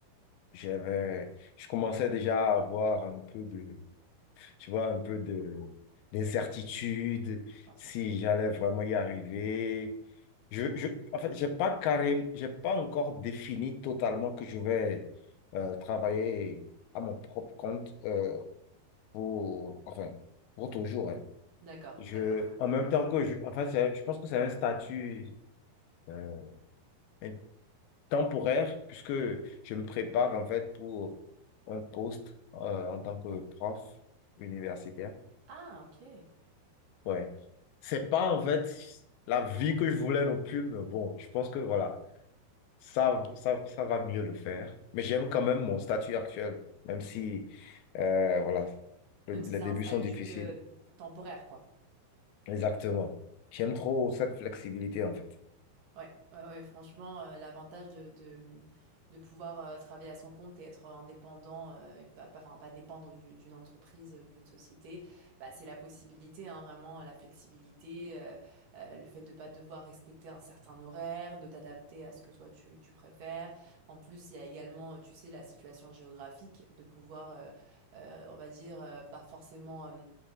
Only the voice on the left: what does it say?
j'avais, je commençais déjà à avoir un peu de... tu vois, un peu de d'incertitude,
si j'allais vraiment y arriver. Je, je, en fait, j'ai pas carré, j'ai pas encore défini totalement que je vais euh, travailler à mon propre compte euh, pour, enfin, pour toujours. hein.
Je,
en même temps que je, enfin, c'est- je pense que c'est un statut euh, un- temporaire puisque
je me prépare en fait pour un poste euh, en tant que prof universitaire.
Ouais. C'est pas en fait la vie que je voulais non plus, mais bon, je pense que voilà, ça, ça, ça va mieux le faire. Mais j'aime quand même mon statut actuel, même si euh, voilà, le-
les
débuts
sont difficiles.
Exactement. J'aime trop cette flexibilité en fait.